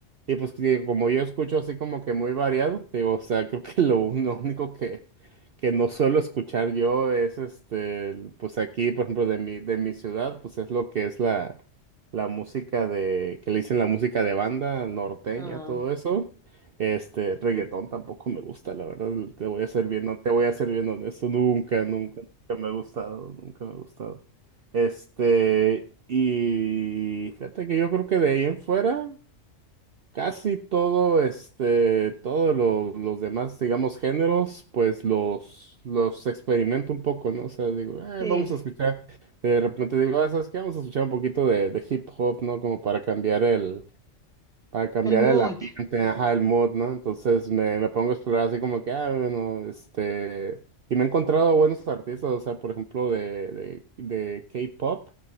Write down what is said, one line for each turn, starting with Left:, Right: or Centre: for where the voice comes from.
Right: Y pues que como yo escucho así como que muy variado, digo, o sea, <laughs> creo que lo, un- lo único que, que no suelo escuchar yo es este, pues aquí, por ejemplo, de mi, de mi ciudad, pues es lo que es la, la música de, que le dicen la música de banda, norteña,
Centre: Ajá.
Right: todo eso. Este, reggaetón tampoco me gusta, la verdad, te voy a ser bien, no, te voy a ser bien honesto, nunca, nunca, nunca me ha gustado, nunca me ha gustado. Este, y fíjate que yo creo que de ahí en fuera. Casi todo, este, todos lo- los demás, digamos, géneros, pues los, los experimento un poco, ¿no? O sea, digo, "Eh,
Centre: Sí,
Right: vamos a escuchar, de repente digo, ah, ¿sabes qué? Vamos a escuchar un poquito de, de hip hop, ¿no? Como para cambiar el, para cambiar
Centre: el mood.
Right: el ambiente, ajá, el mood, ¿no? Entonces me, me pongo a explorar así como que, ah, bueno, este, y me he encontrado buenos artistas, o sea, por ejemplo, de, de, de K-pop.